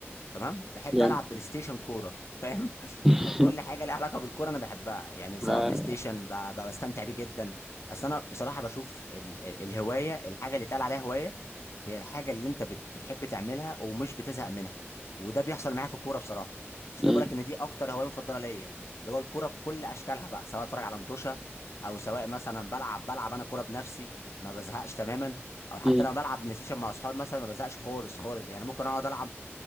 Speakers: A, on the left (about 75°); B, in the centre.
A: تمام بحب
B: جامد
A: العب بلاي ستيشن كوره فاهم <laughs>
B: <laughs>
A: فكل حاجه ليها علاقه بالكوره انا بحبها يعني سواء
B: ما-
A: بلاي ستيشن ب- ب- بستمتع بيه جدا اصل انا بصراحه بشوف ال- ال- الهوايه الحاجه اللي اتقال عليها هوايه هي الحاجه اللي انت بت- بتحب تعملها ومش بتزهق منها وده بيحصل معايا في الكوره بصراحه مش
B: مم.
A: كده بقول لك ان دي اكتر هوايه مفضله ليا اللي هو الكوره بكل اشكالها بقى سواء اتفرج على متوشه او سواء مثلا بلعب بلعب انا كوره بنفسي ما بزهقش تماما او حتى
B: مم.
A: لما بلعب بلاي ستيشن مع اصحابي مثلا ما بزهقش خالص خالص يعني ممكن اقعد العب